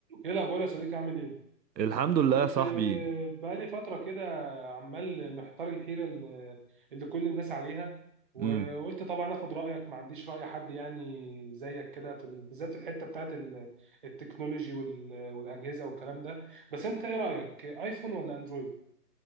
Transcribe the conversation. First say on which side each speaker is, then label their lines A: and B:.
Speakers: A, on the right (about 30°); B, on the right (about 85°).
A: ايه الاخبار يا صديقي عامل ايه
B: الحمد لله
A: كنت
B: يا صاحبي
A: آه، بقالي فتره كده عمال محتار الحيره اللي اللي كل الناس عليها وقلت
B: امم
A: طبعا اخد رايك ما عنديش راي حد يعني زيك كده في ال- بالذات في الحته بتاعت ال- التكنولوجي وال- والاجهزه والكلام ده بس انت ايه رايك ايفون ولا اندرويد